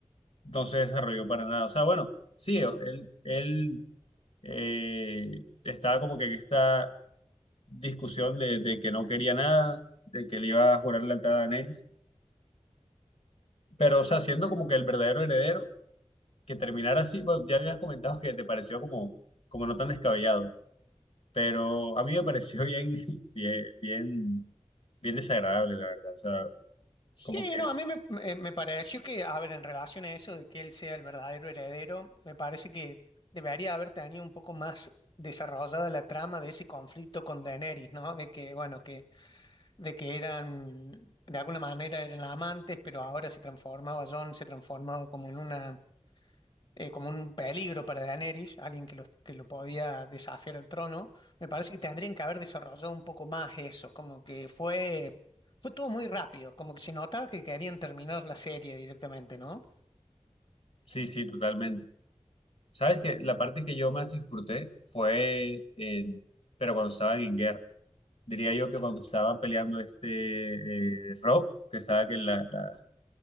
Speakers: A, on the left (about 65°); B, on the left (about 45°).
A: no se desarrolló para nada. O sea, bueno, sí, él, él eh, estaba como que en esta discusión de, de que no quería nada, de que le iba a jurar lealtad a Daenerys, pero, o sea, siendo como que el verdadero heredero que terminara así, bueno, ya habías comentado que te pareció como, como no tan descabellado, pero a mí me pareció bien, <laughs> bien, bien, bien desagradable, la verdad. O sea,
B: Sí,
A: como que
B: no, a mí me, me- me pareció que, a ver, en relación a eso de que él sea el verdadero heredero, me parece que debería haber tenido un poco más desarrollada la trama de ese conflicto con Daenerys, ¿no? De que, bueno, que, de que eran, de alguna manera eran amantes, pero ahora se transformaba, Jon se transformaba como en una eh, como un peligro para Daenerys, alguien que lo, que lo podía desafiar al trono, me parece que tendrían que haber desarrollado un poco más eso, como que fue, fue todo muy rápido, como que se notaba que querían terminar la serie directamente, ¿no?
A: sí, sí, totalmente. Sabes que la parte que yo más disfruté fue, en- pero cuando estaban en guerra. Diría yo que cuando estaban peleando este eh, Rob, que estaba que la, la,